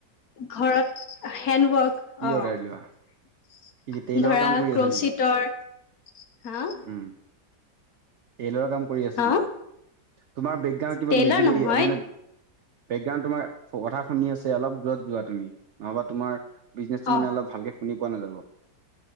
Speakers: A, on the left; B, on the right.
A: ঘৰত হেণ্ডৱাৰ্ক।
B: কি
A: অ
B: অৰ্ডাৰ লোৱা কি টেইলৰ
A: ধৰা
B: কাম কৰি
A: ক্ৰচিতৰ,
B: আছা নেকি?
A: হা
B: উম, টেইলৰ কাম কৰি আছা
A: হা
B: নেকি? তোমাৰ বেকগ্ৰাউণ্ড কিবা
A: টেইলাৰ
B: মিউজিক
A: নহয়
B: আ মানে বেকগ্ৰাউণ্ড তোমাৰ কথা শুনি আছে অলপ দূৰত যোৱা তুমি নহবা তোমাৰ বিজনেচটো
A: অ
B: মানে অলপ ভালকে শুনি পোৱা নাযাব।